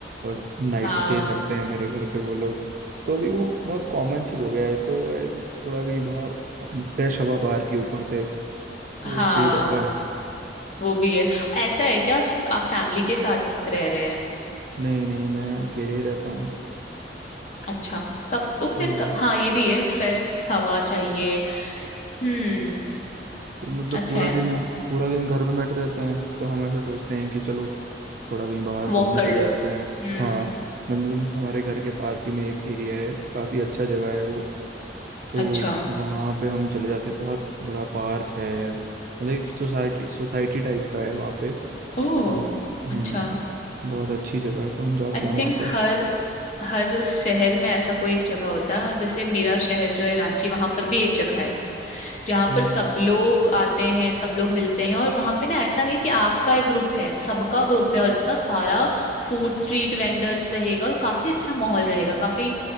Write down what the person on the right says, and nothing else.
और नाइट
स्टे करते हैं मेरे घर पे वो लोग तो अभी वो बहुत कॉमन चीज़ हो गया है तो है कि थोड़ा कहीं बाहर फ्रेश हवा बाहर की ऊपर से वो
सही रहता है
नहीं नहीं मैं अकेले ही रहता हूँ
हम्म
तो मतलब
पूरा
दिन पूरा दिन घर में बैठे रहते हैं तो हम ऐसा सोचते हैं कि चलो थोड़ा कहीं बाहर घूमने
चले
जाते
हैं हाँ मतलब हमारे घर के पास ही में एक एरिया है काफ़ी अच्छा जगह है वो तो
वहाँ पे हम चले जाते हैं बहुत बड़ा पार्क है मतलब एक सोसाइटी सोसाइटी टाइप का है वहाँ पे
वहाँ हम्म
बहुत अच्छी जगह है तो हम जाते
हैं वहाँ
पे
हम्म